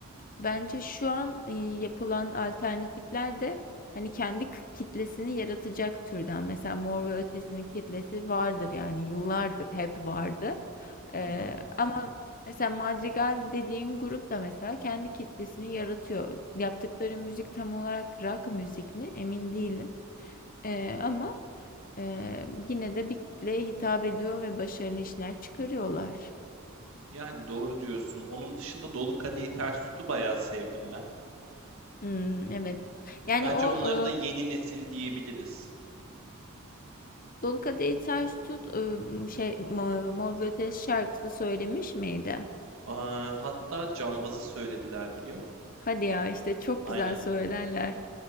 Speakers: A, on the left (about 40°); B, on the right (about 70°).
A: bence şu an e, yapılan alternatifler de hani kendi k- kitlesini yaratacak türden. Mesela Mor ve Ötesi'nin kitlesi vardır yani yıllardır hep vardı. Ee,
B: Hı hı.
A: ama mesela Madrigal dediğin grup da mesela kendi kitlesini yaratıyor. Yaptıkları müzik tam olarak rock müzik mi? Emin değilim. Ee, ama e, yine de bir kitleye hitap ediyor ve başarılı işler çıkarıyorlar.
B: Yani doğru diyorsun. Onun dışında Dolu Kadehi Ters Tut'u bayağı sevdim ben.
A: Hmm, evet. Yani
B: Bence
A: o
B: onları
A: e,
B: da yeni nesil diyebiliriz.
A: Dolu Kadehi Ters Tut e, şey Mo- Mor ve Ötesi şarkısı söylemiş miydi?
B: Aa, hatta Cambaz'ı söylediler biliyor musun?
A: Hadi ya işte çok
B: Aynen.
A: güzel söylerler.